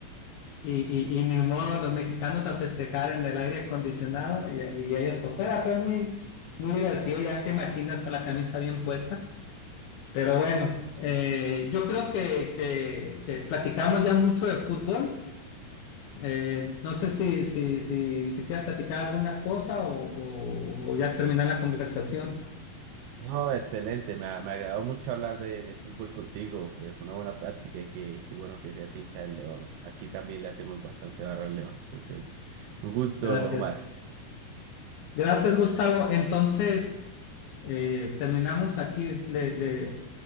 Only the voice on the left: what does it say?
y, y, y ni modo, los mexicanos a festejar en el aire acondicionado y, y ellos por fuera. Fue muy, muy divertido, ya te imaginas con la camisa bien puesta. Pero bueno, eh, yo creo que, que, que platicamos ya mucho de fútbol. Eh, no sé si, si, si, si quieres platicar alguna cosa o, o- o ya terminar la conversación.
Gracias.
Gracias, Gustavo. Entonces, eh, terminamos aquí. Le, le-